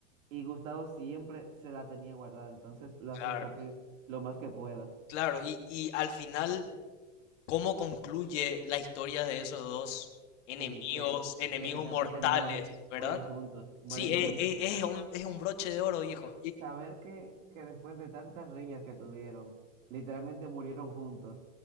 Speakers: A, on the right (about 75°); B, on the left (about 65°).
A: Y Gustavo siempre se la tenía guardada, entonces lo
B: Claro,
A: hacía sufrir lo más que pueda.
B: claro. Y, y al final, ¿cómo concluye la historia de esos dos enemigos,
A: Sí, que,
B: enemigos
A: que literalmente
B: mortales,
A: mueren,
B: ¿verdad?
A: mueren juntos, mueren
B: Sí, e-
A: juntos.
B: e- es, un, es un broche de oro, viejo.
A: O sea, saber que, que después de tantas riñas que tuvieron, literalmente murieron juntos,